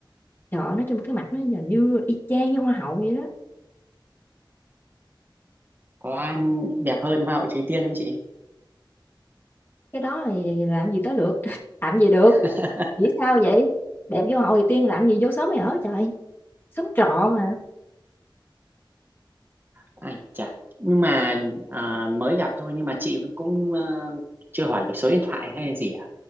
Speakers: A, on the left; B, on the right.
A: trời ơi, nói chung cái mặt nó gần như y chang như hoa hậu vậy đó
B: có ăn đẹp hơn hoa hậu Thúy Tiên không chị
A: cái đó thì làm gì tới lượt <laughs> làm gì được
B: <laughs>
A: nghĩ sao vậy đẹp vô hậu thì tiên làm gì vô xóm này ở trời xóm trọ mà
B: Ai chà, nhưng mà à, mới gặp thôi nhưng mà chị cũng ờ, chưa hỏi được số điện thoại hay là gì à?